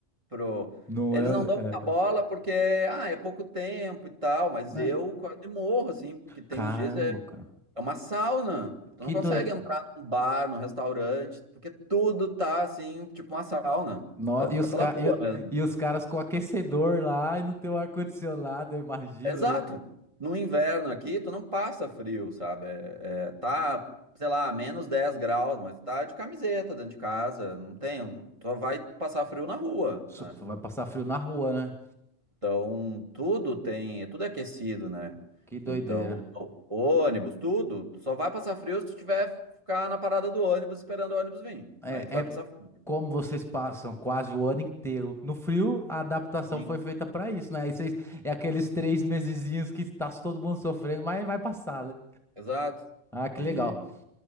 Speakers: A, on the right; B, in the centre.
A: pro.
B: não
A: Eles
B: é,
A: não dão
B: é-
A: muita bola porque, ah, é pouco tempo e tal, mas
B: né?
A: eu quase morro, assim, porque tem
B: Caramba,
A: uns dias é
B: cara.
A: é uma sauna. Tu
B: Que
A: não consegue
B: doido.
A: entrar num bar, num restaurante, porque tudo tá assim, tipo uma sauna.
B: No-
A: Então
B: e,
A: fica
B: os
A: pela
B: ca-
A: rua
B: e-
A: mesmo.
B: e os caras com aquecedor lá e não tem o ar-condicionado, eu imagino,
A: Exato.
B: né?
A: No inverno aqui, tu não passa frio, sabe? É- é, tá, sei lá, menos 10 graus, mas tá de camiseta dentro de casa. Não tem. Tu vai passar frio na rua,
B: Só-
A: né?
B: Vai passar frio na rua, né?
A: Então tudo tem. Tudo é aquecido, né?
B: Que doideira.
A: Então, o- ônibus, tudo, tu só vai passar frio se tu tiver ficar na parada do ônibus esperando o ônibus vir.
B: É,
A: Aí tu vai
B: é
A: passar frio.
B: como vocês passam quase o ano inteiro no frio, a adaptação
A: Sim,
B: foi feita pra isso, né? Aí vocês, é aqueles três mesezinhos que tá todo mundo sofrendo, mas vai passar, né?
A: exato.
B: Ah, que
A: E,
B: legal.